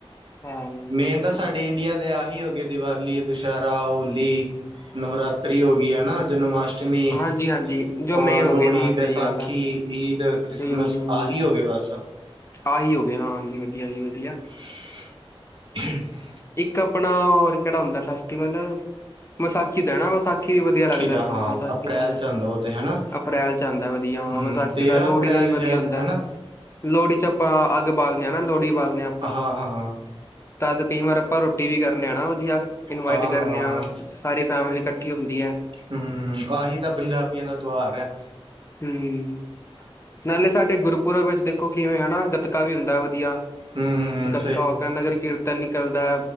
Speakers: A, on the left; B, on the right.
A: ਹਾਂ
B: ਮੇਨ ਤਾਂ ਸਾਡੇ ਇੰਡੀਆ ਦੇ ਆਹੀ ਹੋਗੇ ਦੀਵਾਲੀ ਦੁਸਹਿਰਾ ਹੋਲੀ ਨਵਰਾਤਰੀ ਹੋਗੀ ਹਨਾ ਜਨਮਅਸ਼ਟਮੀ ਅਸ਼ਟਮੀ
A: ਹਾਂਜੀ-ਹਾਂਜੀ ਜੋ ਮੇਨ
B: ਅਹ ਲੋਹੜੀ
A: ਹੋ ਗਏ ਹਾਂ ਸਹੀ
B: ਵੈਸਾਖੀ,
A: ਗੱਲ ਆ
B: ਈਦ, ਕ੍ਰਿਸਮਸ,
A: ਹੂੰ
B: ਆਹੀ ਹੋਗੇ ਬਸ। ਅੱਛਾ
A: ਆਹੀ ਹੋ ਗਏ ਹਾਂ ਜੀ ਵਧੀਆ ਜੀ ਵਧੀਆ।
B: <inaudible>
A: ਇੱਕ ਆਪਣਾ ਹੋਰ ਕਿਹੜਾ ਹੁੰਦਾ ਫੈਸਟੀਵਲ ਵਿਸਾਖੀ ਦਾ ਨਾ ਵ ਵਿਸਾਖੀ ਵਧੀਆ ਲੱਗਦਾ
B: ਦਾ
A: ਮੈਨੂੰ
B: ਹਾਂ
A: ਵਸਾਖੀ
B: ਅਪ੍ਰੈਲ
A: ਵ
B: ਚ ਆਉਂਦਾ ਉਹ ਤੇ ਹਨਾ
A: ਅਪ੍ਰੈਲ ਚ ਆਂਦਾ ਐ ਵਧੀਆ ਵਾ
B: ਹੂੰ
A: ਵਿਸਾ। ਕੀਦਾ
B: ਤੇਰਾਂ
A: ਲੋਹੜੀ
B: ਅਪ੍ਰੈਲ
A: ਦਾ ਵੀ ਵਧੀਆ
B: ਸ਼ਾਇਦ
A: ਹੁੰਦਾ
B: ਹਨਾ
A: ਐ ਲੋਹੜੀ 'ਚ ਆਪਾਂ ਅੱਗ ਬਾਲਦੇ ਆਂ ਨਾ ਲੋਹੜੀ ਬਾਲਦੇ ਆਂ।
B: ਹਾਂ-ਹਾਂ-ਹਾਂ।
A: ਤਦ ਕਈ ਵਾਰ ਆਪਾਂ ਰੋਟੀ ਵੀ ਕਰਨੇ ਆ ਨਾ ਧੀਆ ਇਨਵਾਈਟ
B: ਹਾਂ
A: ਕਰਨੇ
B: ਹਾਂ
A: ਆ ਸਾਰੀ ਫੈਮਲੀ ਇਕੱਠੀ ਹੁੰਦੀ ਐ।
B: ਹੂੰ-ਹੂੰ ਆਹੀ ਤਾਂ ਪੰਜਾਬੀਆਂ ਦਾ ਤਿਉਹਾਰ ਐ।
A: ਹੂੰ-ਹੂੰ ਨਾਲੇ ਸਾਡੇ ਗੁਰਪੁਰਬ ਵਿੱਚ ਦੇਖੋ ਕਿਵੇਂ ਹਨਾ ਗੱਤਕਾ ਵੀ ਹੁੰਦਾ ਐ ਵਧੀਆ।
B: ਹੂੰ
A: ਗਤਕਾ ਹੁੰਦਾ ਨਗਰ ਕੀਰਤਨ ਨਿਕਲਦਾ।